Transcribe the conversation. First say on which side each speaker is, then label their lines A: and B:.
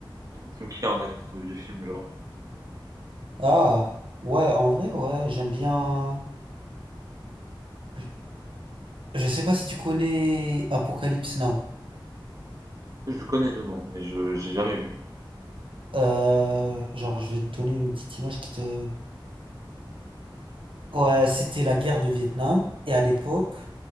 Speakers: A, on the right; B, on the right.
A: T'aimes qui en acteur de vieux films, genre?
B: Ah, ouais, en vrai, ouais, j'aime bien. Je sais pas si tu connais Apocalypse Now.
A: Je connais de nom, mais je j'ai jamais vu.
B: Euh, genre, je vais te donner une petite image qui te. Ouais, c'était la guerre de Vietnam. Et à l'époque,